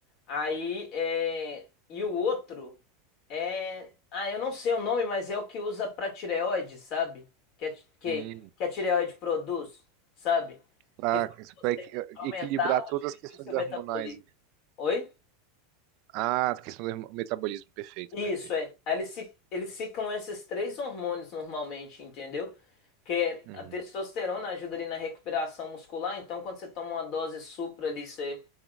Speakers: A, on the left (about 50°); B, on the right (about 55°).
A: Aí, é... e o outro é. Ah, eu não sei o nome, mas é o que usa pra tireoide, sabe? Que a, ti- que,
B: Hum,
A: que a tireoide produz, sabe?
B: pra,
A: Que faz
B: isso
A: você
B: pra equi-
A: aumentar
B: equilibrar
A: ou
B: todas
A: diminuir
B: as questões
A: seu metabolismo.
B: hormonais.
A: Oi?
B: Ah, a questão do hormo- metabolismo. Perfeito,
A: Isso
B: perfeito.
A: é. Aí eles, se, eles ficam esses três hormônios normalmente, entendeu? Que é
B: uhum.
A: a testosterona ajuda ali na recuperação muscular, então quando você toma uma dose supra ali, você